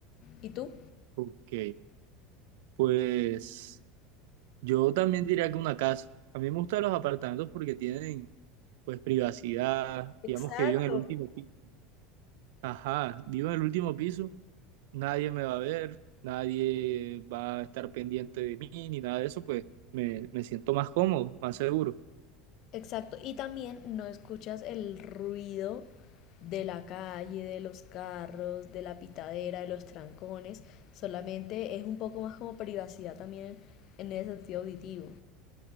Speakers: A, on the left; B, on the right.
A: ¿Y tú?
B: ok. Pues yo también diría que una casa. A mí me gustan los apartamentos porque tienen pues privacidad,
A: Exacto.
B: digamos que vivo en el último piso. Ajá, vivo en el último piso, nadie me va a ver, nadie va a estar pendiente de mí ni nada de eso, pues me, me siento más cómodo, más seguro.
A: Exacto, y también no escuchas el ruido de la calle, de los carros, de la pitadera, de los trancones, solamente es un poco más como privacidad también en el sentido auditivo.